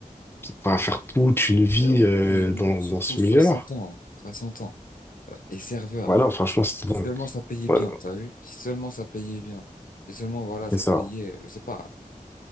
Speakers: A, on the left (about 15°); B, on the left (about 70°).
A: pas faire toute une vie
B: Ben
A: euh,
B: oui,
A: dans,
B: surtout
A: dans ce
B: 60
A: milieu-là.
B: ans. 60 ans. Euh, et serveur.
A: Voilà, franchement, c'était
B: Si
A: dingue.
B: seulement ça payait
A: Ouais,
B: bien, t'as vu? Si seulement ça payait bien. Si seulement, voilà,
A: c'est
B: ça
A: ça.
B: te payait, je sais pas,